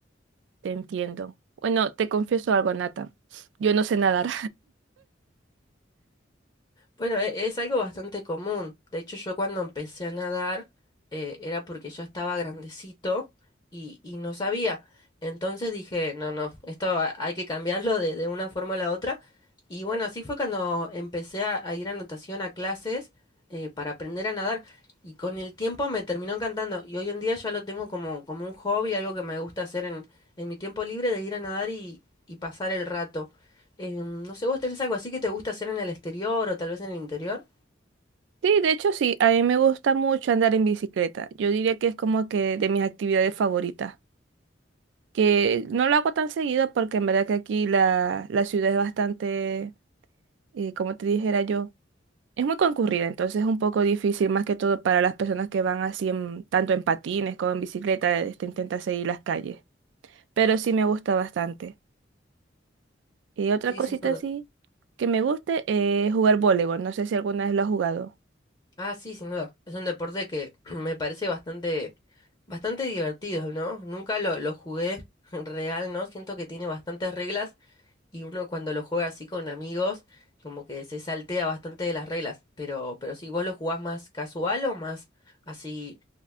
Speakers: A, on the right (about 70°); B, on the left (about 25°).
A: Te entiendo. Bueno, te confieso algo, Nata. Yo no sé nadar.
B: Bueno, e- es algo bastante común. De hecho, yo cuando empecé a nadar eh, era porque yo estaba grandecito y, y no sabía. Entonces dije, no, no, esto ha- hay que cambiarlo de, de una forma a la otra. Y bueno, así fue cuando empecé a, a ir a natación, a clases eh, para aprender a nadar. Y con el tiempo me terminó encantando. Y hoy en día ya lo tengo como, como un hobby, algo que me gusta hacer en, en mi tiempo libre de ir a nadar y, y pasar el rato. Eh, no sé, ¿vos tenés algo así que te gusta hacer en el exterior o tal vez en el interior?
A: Sí, de hecho sí, a mí me gusta mucho andar en bicicleta. Yo diría que es como que de mis actividades favoritas, que no lo hago tan seguido porque en verdad que aquí la, la ciudad es bastante, eh, como te dijera yo, es muy concurrida, entonces es un poco difícil más que todo para las personas que van así en, tanto en patines como en bicicleta, este, intenta seguir las calles, pero sí me gusta bastante. Y otra
B: Sí,
A: cosita
B: sin duda.
A: así que me guste es jugar voleibol, no sé si alguna vez lo has jugado.
B: Ah, sí, sin duda. Es un deporte que <clears throat> me parece bastante, bastante divertido, ¿no? Nunca lo, lo jugué <laughs> real, ¿no? Siento que tiene bastantes reglas y uno cuando lo juega así con amigos, como que se saltea bastante de las reglas. Pero, pero sí, ¿vos lo jugás más casual o más así